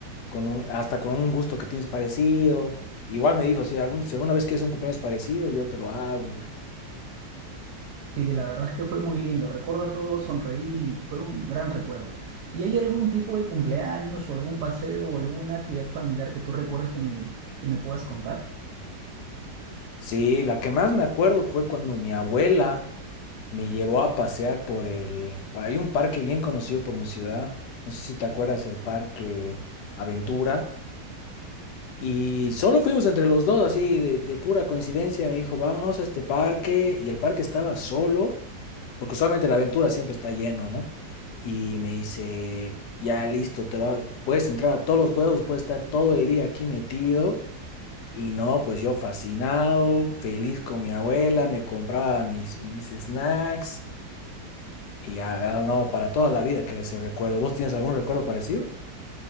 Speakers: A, on the left; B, on the right.
A: con un- hasta con un gusto que tienes parecido. Igual me dijo, si, algún- si alguna vez quieres un cumpleaños parecido, yo te lo hago, me dijo.
B: Sí, la verdad es que fue muy lindo. Recuerdo a todos sonreír y fue un gran recuerdo. ¿Y hay algún tipo de cumpleaños o algún paseo o alguna actividad familiar que tú recuerdes que me, que me puedas contar?
A: Sí, la que más me acuerdo fue cuando mi abuela me llevó a pasear por el... Hay un parque bien conocido por mi ciudad, no sé si te acuerdas, el Parque Aventura. Y solo fuimos entre los dos, así de, de pura coincidencia. Me dijo, vámonos a este parque. Y el parque estaba solo, porque usualmente la aventura siempre está lleno, ¿no? Y me dice, ya listo, te va, puedes entrar a todos los juegos, puedes estar todo el día aquí metido. Y no, pues yo fascinado, feliz con mi abuela, me compraba mis, mis snacks. Y ya, ah, no, para toda la vida que ese recuerdo. ¿Vos tienes algún recuerdo parecido?